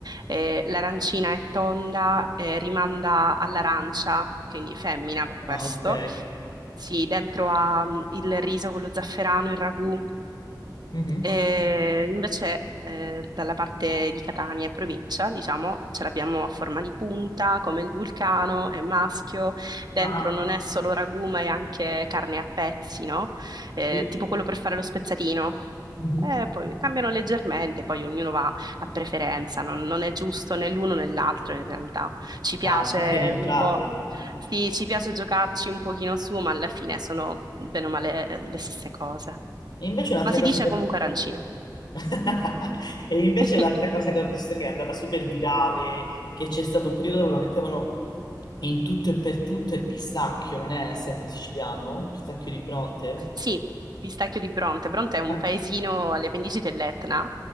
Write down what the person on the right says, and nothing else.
Eh, l'arancina è tonda, eh, rimanda all'arancia, quindi femmina per
questo.
Sì, dentro ha mm, il riso, quello zafferano, il ragù,
eh, invece eh, dalla parte di Catania e provincia, diciamo, ce l'abbiamo a forma di punta, come il vulcano, è maschio, dentro
non è solo ragù, ma è anche carne a pezzi, no? Eh,
tipo quello per fare lo spezzatino.
Eh, poi cambiano leggermente, poi ognuno va a preferenza, non, non è giusto né l'uno né l'altro in realtà. Ci piace
un po', sì, ci piace giocarci un pochino su, ma alla fine sono bene o male eh, le stesse cose.
Ma si
dice
comunque arancino.
<laughs>
Sì, Pistacchio di Bronte. Bronte è un
paesino alle pendici dell'Etna,